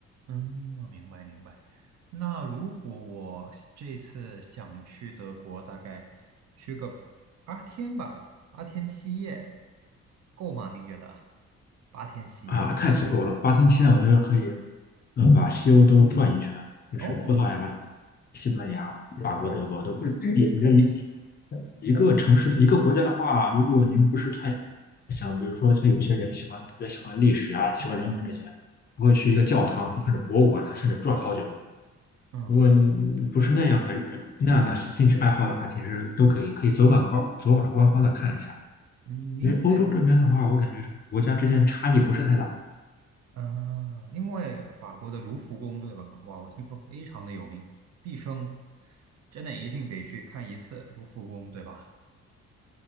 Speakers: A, on the right; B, on the left.
A: 嗯，我明白明白。那如果我这次想去德国，大概去个八天吧，八天七夜，够吗？您觉得？八天七夜？
B: 啊，太足够了，八天七夜我觉得可以，嗯，把西欧都转一圈，就是葡萄牙、
A: 哦，
B: 西班牙、法国、德国都可以。我觉得一一个城市、一个国家的话，如果您不是太想，比如说像有些人喜欢特别喜欢历史啊，喜欢人文这些，不会去一个教堂或甚至博物馆，他甚至转好久。
A: 嗯
B: 如果你不是那样的人，那样的兴趣爱好的话，其实都可以，可以走马观走马观花的看一下。
A: 嗯，因为
B: 因为欧洲这边的话，我感觉这个国家之间差异不是太大，
A: 嗯、呃因为法国的卢浮宫对吧？哇，我听说非常的有名，毕生真的一定得去看一次卢浮宫，对吧？